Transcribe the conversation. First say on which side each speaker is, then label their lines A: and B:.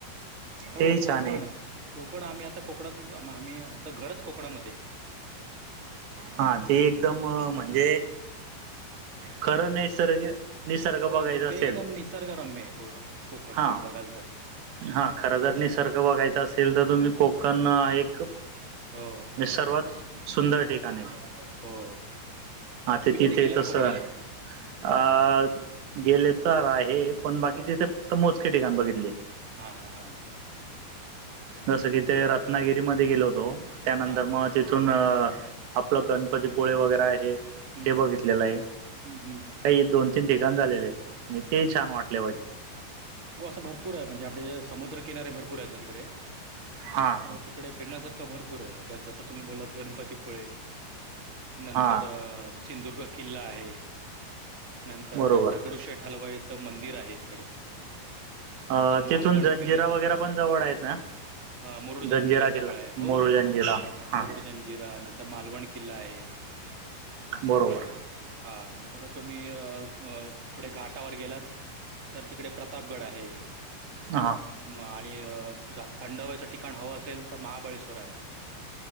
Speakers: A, on the right (about 25°); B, on the right (about 65°).
A: हो
B: ते छान
A: कोकण,
B: आहे
A: कोकण आम्ही आता कोकणातच आम्ही आमचं घरच कोकणामध्ये.
B: हा ते एकदम
A: आहे.
B: म्हणजे
A: हो हो
B: खरं निसर्ग निसर्ग
A: हो,
B: बघायचा
A: एकदम
B: असेल....
A: ते एकदम निसर्गरम्य आहे पूर्ण कोकण
B: हा.
A: तुम्ही बघाल तर
B: हा खरं जर
A: असं
B: निसर्ग
A: आहे
B: बघायचा असेल तर तुम्ही कोकण एक.
A: हो
B: हे सर्वात सुंदर ठिकाण आहे ते.
A: हो
B: हा
A: तुम्ही
B: ते तिथे
A: कधी गेलात
B: तसं
A: कोकणात
B: अ. गेले तर आहे पण बाकी तिथे मोजके ठिकाण बघितले.
A: हा हा हा ह.
B: जस की ते रत्नागिरी मध्ये गेलो होतो त्यानंतर
A: हा
B: मग तिथून आपलं गणपतीपुळे वगैरे आहे.
A: हम्म
B: ते
A: हम्म
B: बघितलेलं आहे.
A: हम्म हम्म
B: काही दोन तीन ठिकाण झालेले आहेत म्हणजे ते छान वाटले.
A: गो असं भरपूर आहे म्हणजे आपल समुद्रकिनारे भरपूर आहेत ना तिकडे तर.
B: हां
A: तिकडे फिण्यासारखा भरपूर आहे जसं तुम्ही बोललात गणपतीपुळे. नंतर
B: हां
A: सिंधुदुर्ग किल्ला आहे. नंतर
B: बरोबर
A: दगडूशेठ हलवाईचं मंदिर आहे तिकडे.
B: अ
A: नंतर मालवण
B: तिथून जंजिरा
A: फिरण्यासारखं
B: वगैरे
A: आहे.
B: पण जवळ आहेत ना
A: अ मुरुड,
B: जंजिरा
A: जंजीरा
B: किल्ला
A: जवळ आहे हो
B: मोरू
A: हो
B: जंजिरा हां
A: मुरुड जंज जिरा नंतर मालवण किल्ला आहे.
B: बरोबर.
A: हा नंतर तुम्ही अ अ पुढे घाटावर गेलात तर तिकडे. प्रतापगड आहे.
B: हां.
A: म आणि अ जास्त थंड हवेच ठिकाण हवं असेल तर महाबळेश्वर आहे.